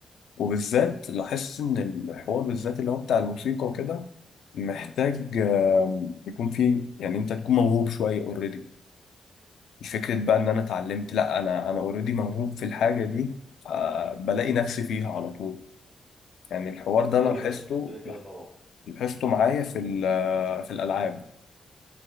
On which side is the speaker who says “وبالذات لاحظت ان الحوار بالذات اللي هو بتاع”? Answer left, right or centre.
Left